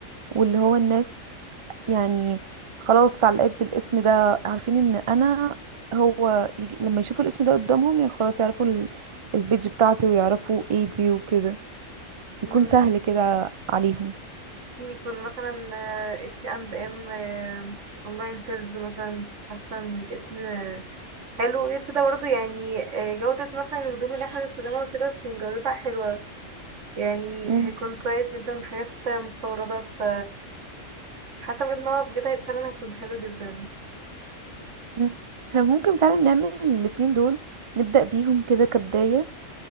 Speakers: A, on the right; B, on the right.
A: واللي هو الناس يعني خلاص اتعلقت بالاسم ده عارفين ان انا هو يجي لما يشوفوا الاسم ده قدامهم يعني خلاص يعرفوا ال- البيج بتاعتي ويعرفوا ايه دي وكده يكون
B: مم،
A: سهل كده عليهم
B: ممكن يكون مثلا آه، اتش اند ام اونلاين سيلز مثلا حاسه ان الاسم آه، حلو غير كده برضه يعني آه، جودة مثلا الهدوم اللي احنا بنستخدمها كده تكون جودتها حلوة يعني
A: مم.
B: هيكون كويس جدا حاجات مستوردة ف حاسة بجد ان هو بجد فعلا هيكون حلو جدا
A: مم. احنا ممكن فعلا نعمل الاتنين دول نبدأ بيهم كده كبداية